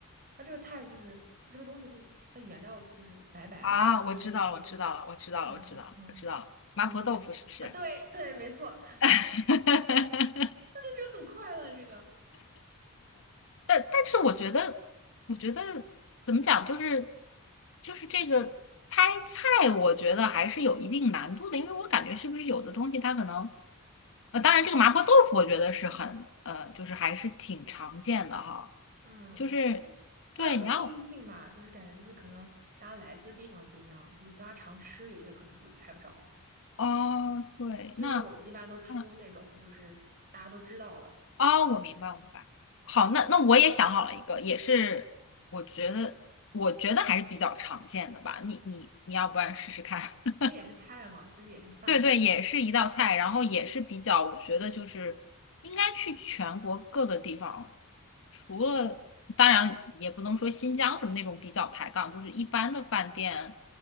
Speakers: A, on the right; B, on the left.
A: 它这个菜就是它这个东西它它原料就是白白的，
B: 啊，
A: 就给你一个提示哈。
B: 我知道了，我知道了，我知道了，
A: 啊啊，
B: 我知道了，我知道了，麻婆豆腐是不是？
A: 你你说啊，对对，没错，<laughs>
B: <laughs>
A: 那就很快乐这个
B: 但但是我觉得，我觉得怎么讲，
A: 啊，
B: 就是就是这个猜菜，我觉得还是有一定难度的，因为我感觉是不是有的东西它可能呃，当然，这个麻婆豆腐我觉得是很，呃，就是还是挺常见的哈。
A: 嗯，
B: 就是，
A: 比较有地域性吧，
B: 对，你要，
A: 就是感觉就是可能大家来自的地方不一样，就是不大常吃，有些可能就猜不着。
B: 哦，对，
A: 所以说我们一般都出那种就是大家都知道的，
B: 那，那，哦，我明白，我明白。好，那那我也想好了一个，也是我觉得，我觉得还是比较常见的吧。你你你要不然试试看？<laughs>
A: 它也是菜嘛，就是也是饭嘛。
B: 对对，也是一道菜，然后也是比较，我觉得就是应该去全国各个地方，除了当然也不能说新疆什么那种比较抬杠，就是一般的饭店